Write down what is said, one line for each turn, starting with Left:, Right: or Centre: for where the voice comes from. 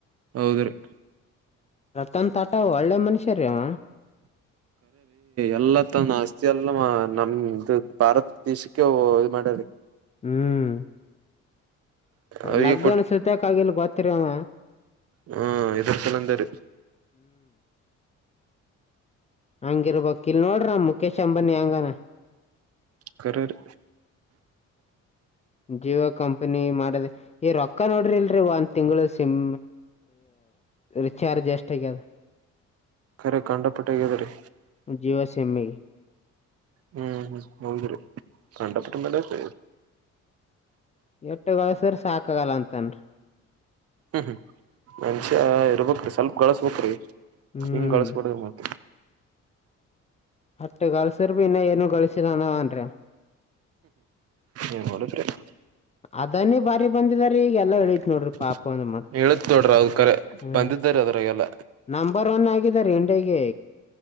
Right: ಹೌದ್ರಿ.
Left: ರತನ್ ತಾಟ ಒಳ್ಳೆ ಮನುಷ್ಯರೇವ.
Right: ಎಲ್ಲ ತನ್ ಆಸ್ತಿ ಎಲ್ಲ ನಮ್ದ ಭಾರತ ದೇಶಕ್ಕೆ ಇ ಮಾಡ್ಯಾರಿ.
Left: ಹ್ಮ್
Right: ಅವ್ರಿಗೆ
Left: ಲಗ್ನ್ ಸತಕ ಆಗಲ್ ಗೊತ್ರಿ ಅವ.
Right: ಹ್ಮ ಇದರ ಚಲಂದ ರಿ
Left: ಹಂಗಿರ್ಬೇಕ್ ಇಲ್ ನೋಡ್ರ ಮುಖೇಶ್ ಅಂಬಾನಿ ಹೆಂಗಾನ.
Right: ಕರೆ ರಿ
Left: ಜಿಯೋ ಕಂಪನಿ ಮಾಡದೆ ಈ ರೊಕ್ಕ ನೋಡ್ರಿ ಇಲ್ರಿ ಒಂದ್ ತಿಂಗಗಳು ಸಿಮ್ ರಿಚಾರ್ಜ್ ಎಷ್ಟ ಆಗ್ಯ ಅದ
Right: ಕಖರೆ ಕಂಡಪಟ್ಟೆಗದ ರೀ
Left: ಜೀವ ಸಿಮೆಗೆ
Right: ಹ್ಮ್ ಹ್ಮ್ ಹೌದರ ಪಂಡತ್ರಂಬಲ್ಲ ಸ
Left: ಎಟ್ಟಗಳಸ್ರ ಸಾಕಾಗಲ್ಲ ಅಂತನ್ರಿ
Right: ಹ್ಮ್ ಹ್ಮ್ ಮನುಷ್ಯ ಇರ್ಬೇಕಕ್ ಸ್ವಲ್ಪ ಗಾಳಸ್ಬಕ್ ರಿ
Left: ಹ್ಮ್
Right: ಹಿಂಗ್ ಕಳಸ್ಬಡ ಮತ್ತೆ
Left: ಅಷ್ಟು ಗಳಿಸಿದರೆ ಇನ್ನ ಏನು ಗಳಸಿದನವನ್ರೀ ಅವ
Right: ಏನ್ ಮಾಡೋದ್ರಿ <unintelligible>
Left: ಅದನ್ನೇ ಬಾರಿ ಬಂದಿದಾರಿ ಈಗ ಎಲ್ಲಾ ಇಳಿತ್ ನೋಡ್ರಿ ಪಾಪ ಒಂದ್ ಮತ್
Right: ಎಳತ್ಕರೆ
Left: ಹ್ಮ್
Right: ಬಂದ ಇದ್ದಾರೆ ಅದ್ರಾಗಲ್ಲ
Left: ನಂಬರ್ ಒನ್ ಆಗಿದ ರ ಇಂಡಿಯಾಗೆ